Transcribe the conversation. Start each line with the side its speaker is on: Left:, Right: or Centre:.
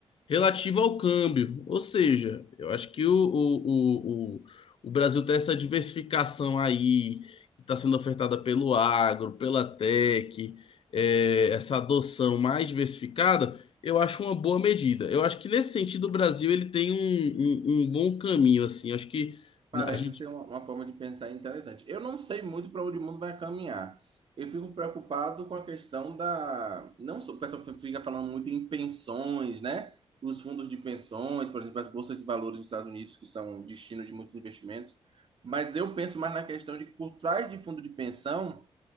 Left: relativa ao câmbio. Ou seja, eu acho que o, o, o, o, o Brasil tem essa diversificação aí, que está sendo ofertada pelo agro, pela tech, eh, essa adoção mais diversificada, eu acho uma boa medida. Eu acho que nesse sentido o Brasil ele tem um, um, um bom caminho, assim. Eu acho que
Right: Parece
Left: a gente
Right: ser uma, uma forma de pensar interessante. Eu não sei muito para onde o mundo vai caminhar. Eu fico preocupado com a questão da. Não só o pessoal fica falando muito em pensões, né? Os fundos de pensões, por exemplo, as bolsas de valores dos Estados Unidos, que são destino de muitos investimentos. Mas eu penso mais na questão de que por trás de fundo de pensão